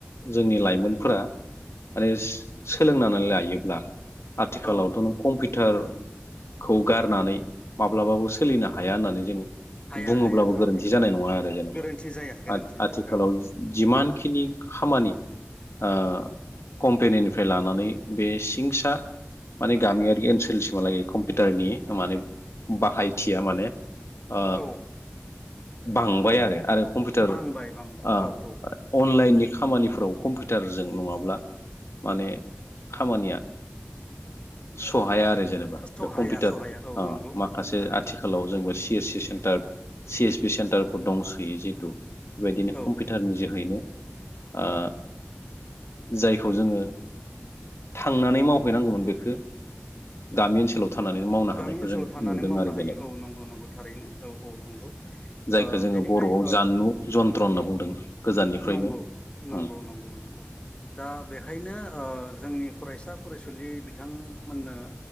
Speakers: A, on the left; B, on the left.
A: जोंनि लाइमोनफोरा माने सोलोंनानै लायोब्ला आथिखालावथ
B: औ औ
A: नों कम्पिउटार खौ गारनानै माब्लाबाबो सोलिनो हाया होननानै जोङो
B: हाया
A: बुङोब्लाबो
B: हाया
A: गोरोन्थि
B: आथिखालाव
A: जानाय नङा आरो जेनेबा
B: गोरोन्थि जाया गोरोन्थि जाया
A: आथिखालाव
B: औ
A: जिमान जिखिनि खामानि ओ कम्पेनिनिफ्राय लानानै बे सिंसा माने गामियारि ओनसोलसिमहालागै कम्पिउटारनि माने बाहाय मिथिया माने ओ
B: औ
A: बांबाय आरो आरो कम्पिउटार
B: बांबाय
A: ओ
B: बांबाय औ औ
A: अनलाइननि खामानिफोराव कम्पिउटारजों नङाब्ला माने खामानिया सहाया आरो जेनेबा
B: सहाया
A: बे कम्पिउटार
B: सहाया औ
A: ओ
B: नंगौ
A: माखासे
B: औ थारै
A: आथिखालाव जोंबो C S C centre C S P सेन्टारफोर दंसोयो जिहेतु बेबायदिनो
B: औ
A: कम्पिउटार नि जोहैनो ओ जायखौ जोङो थांनानै मावहैनांगौमोन बेखौ गामि ओनसोलाव थानानै मावनो हानायखौ
B: गामि ओनसोलाव
A: जों
B: थानानै
A: नुदों
B: मावनो
A: आरो
B: हायो
A: जेनेबा ।
B: औ नंगौ नंगौ थारैनो औ औ नंगौ
A: जायखौ
B: ओ
A: जोङो
B: बेनिखाय
A: बर'आव
B: ओ
A: जानलु जन्थ्र होनना बुंदों गोजाननिफ्रायनो
B: नंगौ नंगौ
A: ओं
B: नंगौ नंगौ दा बेखायनो ओ जोंनि फरायसा फरायसुलि बिथांमोननो